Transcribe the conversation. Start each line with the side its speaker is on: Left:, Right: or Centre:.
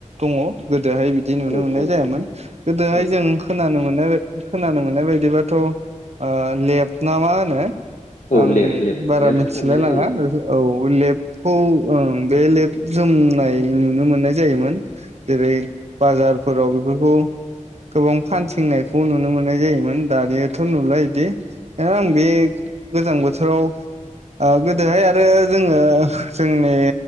Right: दङ गोदोहाय बिदि नुनो
Left: औ
Right: मोननाय
Left: औ
Right: जायामोन गोदोहाय
Left: औ
Right: जों खोनानो मोन नो खोनानो मोननाय बायदिबाथ' ओ लेब न मा होनो
Left: औ
Right: आं
Left: लेब लेब
Right: बारा
Left: लेबसो
Right: मिथिलाय
Left: खालामनाय
Right: लाङा
Left: जायो
Right: औ लेबखौ ओं बे लेब जोमनाय नुनो मोननाय जायोमोन जेरै बाजार फोराव बेफोरखौ गोबां फानथिंनायखौ नुनो मोननाय जायोमोन दानि थ' नुलााय इदि आं
Left: उम
Right: बे गोजां बोथोराव ओ गोदोहाय आरो जोङो जोंनि